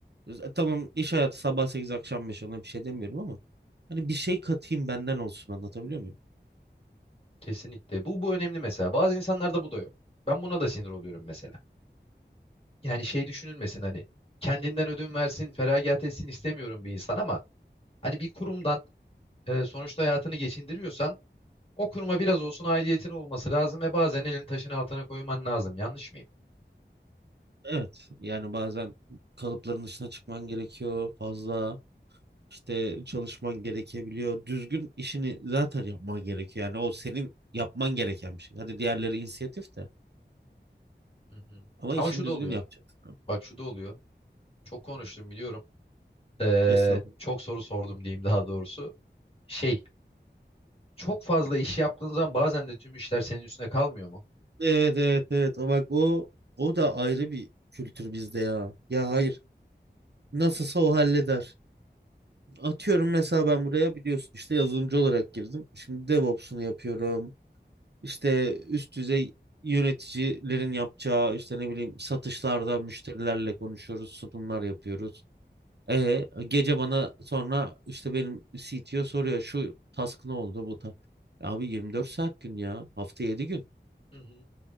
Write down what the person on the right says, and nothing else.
e, tamam iş hayatı sabah sekiz akşam beş ona bir şey demiyorum ama hani bir şey katayım benden olsun anlatabiliyor muyum?
Evet. Yani bazen kalıpların dışına çıkman gerekiyor fazla. İşte çalışman gerekebiliyor. Düzgün işini zaten yapman gerekiyor. Yani o senin yapman gereken bir şey. Hadi diğerleri inisiyatif de
ama
işini
düzgün
yapacaksın. abi.
Estağfurullah.
Evet evet evet. O Bak o o da ayrı bir kültür bizde ya. Ya hayır. Nasılsa o halleder. Atıyorum mesela ben buraya biliyorsun işte yazılımcı olarak girdim. Şimdi DevOps'unu yapıyorum. İşte üst düzey yöneticilerin yapacağı işte ne bileyim satışlarda müşterilerle konuşuyoruz, sunumlar yapıyoruz. E, gece bana sonra işte benim CTO soruyor şu task ne oldu bu ta. Abi 24 saat gün ya hafta 7 gün.